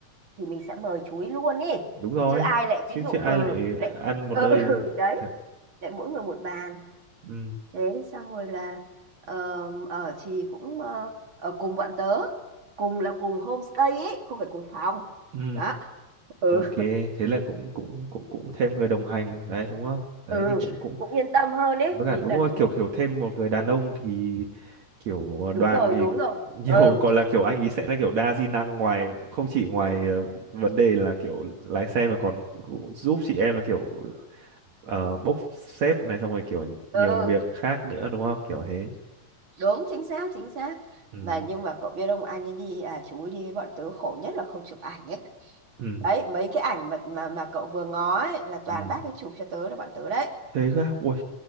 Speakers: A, on the right; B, on the right.
A: thì mình sẽ mời chú ý luôn ý.
B: đúng rồi
A: Chứ ai lại
B: chứ
A: ví dụ
B: chứ
A: ừ
B: ai lại
A: lại
B: ăn một
A: ừ,
B: nơi
A: ừ, <laughs> đấy,
B: thật
A: lại mỗi người một bàn
B: ừ
A: thế xong rồi là ờ, ở thì cũng ờ, ở cùng bọn tớ cùng là cùng homestay ấy không phải cùng phòng
B: ừ
A: đó ừ
B: ok thế là cũng cũng cũng cũng thêm người đồng hành đấy đúng không đấy
A: ừ
B: thì cũng cũng
A: cũng yên tâm hơn ấy
B: với cả
A: vì
B: đúng
A: đợt
B: rồi kiểu kiểu thêm một người đàn ông thì kiểu
A: đúng
B: đoàn
A: rồi
B: thì
A: đúng rồi
B: <laughs> nhiều
A: ừ
B: gọi là kiểu anh ý sẽ là kiểu đa di năng ngoài không chỉ ngoài
A: chính
B: ờ,
A: xác
B: vấn đề là kiểu lái xe mà còn giúp chị em là kiểu ờ, bốc xếp này xong rồi kiểu nhiều
A: ừ
B: việc khác nữa đúng không kiểu thế
A: đúng chính xác chính xác
B: ừ
A: mà nhưng mà cậu biết ông anh ấy đi à chú ấy đi với bọn tớ khổ nhất là không chụp ảnh ấy
B: ừ
A: đấy mấy cái ảnh mà mà mà cậu vừa ngó ấy là toàn
B: ừ
A: bác ấy chụp cho tớ là bọn tớ đấy
B: thế cơ à? ui